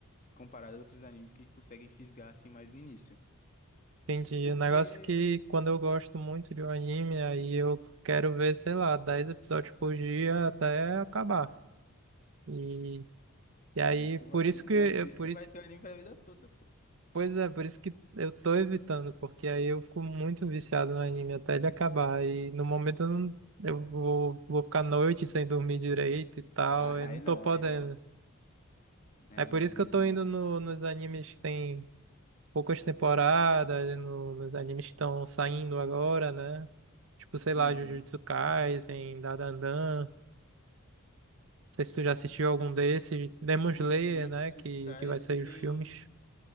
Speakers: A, on the left; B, on the right.
A: comparado a outros animes que conseguem fisgar assim mais no início.
B: Entendi.
A: Porque
B: O negócio é que quando eu gosto muito de um anime, aí eu quero ver, sei lá, 10 episódios por dia até acabar. E, e aí,
A: aí tu
B: por
A: vai,
B: isso que,
A: One Piece
B: por
A: tu
B: isso
A: vai ter o anime pra vida toda.
B: Pois é, por isso que eu tô evitando, porque aí eu fico muito viciado no anime até ele acabar. E no momento eu, não, eu vou, vou ficar à noite sem dormir direito e tal,
A: Ah,
B: eu não
A: aí
B: tô
A: não,
B: podendo.
A: aí não. Aí
B: É por
A: não,
B: isso
A: aí
B: que eu
A: é
B: tô
A: demais.
B: indo no, nos animes que tem poucas temporadas, no- nos animes que estão saindo agora, né? Tipo, sei lá,
A: Uhum.
B: Jujutsu Kaisen, Dandadan. Não sei se tu já assistiu algum desses. Demon Slayer,
A: Os Jujutsu
B: né? Que,
A: Kaisen.
B: que vai sair os filmes.